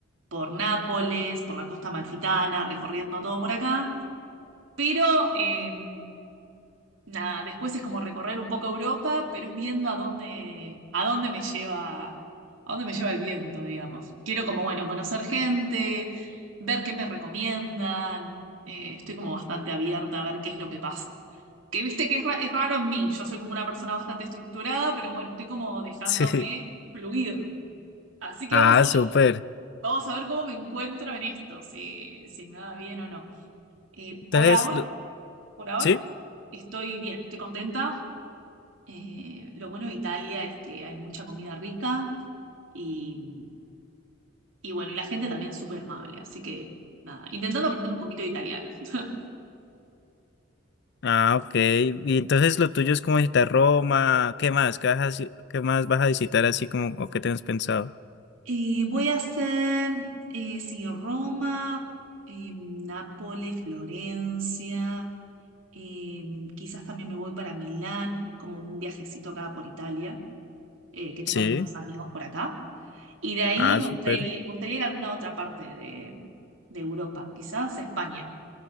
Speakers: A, on the right; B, on the left.
A: por Nápoles, por la costa malfitana, recorriendo todo por acá. Pero eh, nada, después es como recorrer un poco Europa, pero es viendo a dónde, a dónde me lleva, a dónde me lleva el viento, digamos. Quiero como, bueno, conocer gente, ver qué me recomiendan. eh, estoy como bastante abierta a ver qué es lo que pasa. Que viste que es, ra- es raro en mí, yo soy como una persona bastante estructurada, pero bueno, estoy como dejándome
B: <laughs> sí.
A: fluir. Así que
B: Ah,
A: vamos a
B: súper.
A: ver. Vamos a ver cómo me encuentro en esto, si, si me va bien o no. Eh,
B: Entonces,
A: por ahora,
B: lo-
A: por ahora
B: ¿sí?
A: estoy bien, estoy contenta. Eh, lo bueno de Italia es que hay mucha comida rica y, y bueno, y la gente también es súper amable, así que nada, intentando aprender un poquito de italiano. <laughs>
B: Ah, ok. Y entonces lo tuyo es como visitar Roma. ¿Qué más? ¿Qué vas a, haci- qué más vas a visitar así como o qué tienes pensado?
A: Eh, voy a hacer, eh, sí, Roma, eh, Nápoles, Florencia, eh, quizás también me voy para Milán, como un viajecito acá por Italia. eh, que tengo
B: Sí.
A: algunos amigos por acá. Y de ahí
B: Ah,
A: me
B: súper.
A: gustaría, me gustaría ir a alguna otra parte de, de Europa, quizás España.